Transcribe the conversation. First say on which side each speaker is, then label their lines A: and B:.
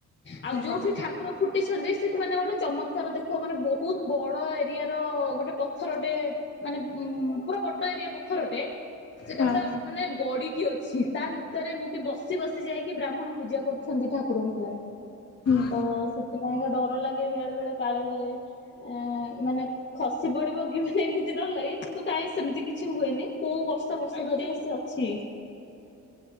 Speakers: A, on the left; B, on the left.
A: ଆଉ
B: ଓହୋ
A: ଯୋଉଠି ଠା କୁର ଫୁଟିଛନ୍ତି ସେଇଠି ମାନେ ଗୋଟେ ଚମତ୍କାର ଦେଖ ମାନେ ବହୁତ ବଡ଼ ଏରିଆର ଗୋଟେ ପଥର ଟେ ମାନେ ଉଁମ୍ ପୁରା ବଡ଼ ଏରିଆ ପଥରଟେ ସେଟା
B: ହଁ
A: ପୁରା ମାନେ ଗଡ଼ି କି ଅଛି ତା ଭିତରେ ଏମିତି ବସି ବସି ଯାଇକି ବ୍ରାହ୍ମଣ ପୂଜା କରୁଛନ୍ତି ଠାକୁରଙ୍କୁ।
B: ହୁଁ
A: ତ ସେଥିପାଇଁକା ଡର ଲାଗେ ବେଳେ ବେଳେ କାଳେ ଏଁ ମାନେ ଖସି ପଡ଼ିବ କି ମାନେ ଏମିତି ଡର ଲାଗେ କିନ୍ତୁ କାଇଁ ସେମିତି କିଛି ହୁଏନି କୋଉ ବର୍ଷ ବର୍ଷ ଧରିଆ ସେ ଅଛି।